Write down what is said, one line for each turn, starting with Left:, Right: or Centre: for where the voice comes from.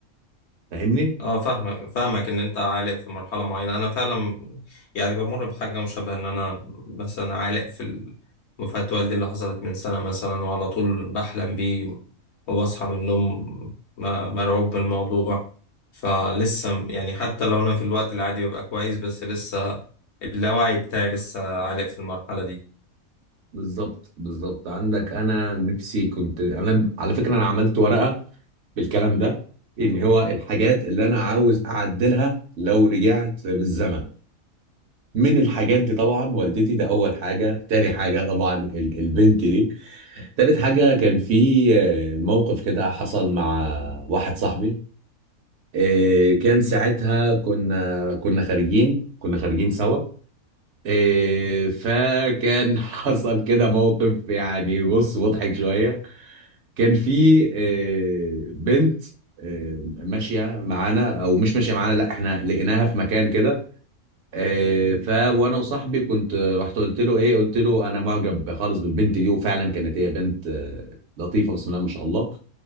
Right: فاهمني
Left: اه فاهمك فاهمك ان انت عالق في مرحله معينه انا فعلا يعني بمر بحاجه مشابهه ان انا مثلا عالق في مفات والدي اللي حصلت من سنه مثلا وعلى طول بحلم بيه وبصحى من النوم م- مرعوب من الموضوع فلسه يعني حتى لو انا في الوقت العادي ببقى كويس بس لسه اللاوعي بتاعي لسه عالق في المرحله دي
Right: بالظبط بالظبط عندك انا نفسي كنت انا على فكرة انا عملت ورقة بالكلام ده ان هو الحاجات اللي انا عاوز اعدلها لو رجعت بالزمن من الحاجات دي طبعا والدتي ده اول حاجه تاني حاجه طبعا ال- البنت دي تالت حاجه كان في آه، موقف كده حصل مع واحد صاحبي آه، كان ساعتها كنا كنا خارجين كنا خارجين سوا آه، فكان <laughs> حصل كده موقف يعني بص مضحك شويه كان في آه، بنت آه، ماشيه معانا او مش ماشيه معانا لا احنا لقيناها في مكان كده آه، ف وانا وصاحبي كنت آه، رحت قلت له ايه قلت له انا معجب خالص بالبنت دي وفعلا كانت هي بنت آه، لطيفه بسم الله ما شاء الله